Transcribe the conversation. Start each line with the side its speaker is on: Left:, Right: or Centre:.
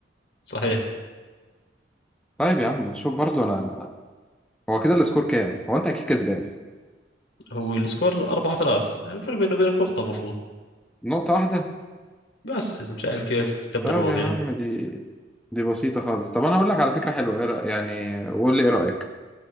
Left: صحيح
Centre: طيب يا عم شوف برضو انا هو كده السكور كام هو انت اكيد كسبان
Left: هو السكور أربعة ثلاث يعني الفرق بينه وبينك نقطة المفروض
Centre: نقطة واحدة
Left: بس إذا مش عارف كيف تكبر
Centre: طيب
Left: المواضيع
Centre: يا عم دي دي بسيطة خالص طب انا هقول لك على فكرة حلوة إيه رأ- يعني وقول لي ايه رأيك